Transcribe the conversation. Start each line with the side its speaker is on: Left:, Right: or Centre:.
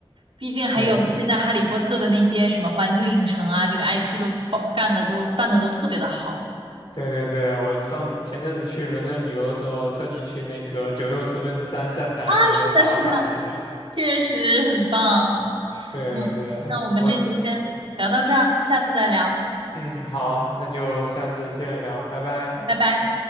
Right: 毕竟还有现在《哈利波特》的那些什么环球影城啊，
Left: 对
Right: 这个 IP 都包干的都办的都特别的好。
Left: 对对对，我上前阵子去伦敦旅游的时候，特地去那个九又四分之三站台那边打卡了一下。
Right: 啊，是的，是的，确实很棒。
Left: 对对，
Right: 嗯，那我们这次先聊到这儿，
Left: 我我
Right: 下次再聊，
Left: 嗯好，那就下次接着聊，拜拜。
Right: 拜拜。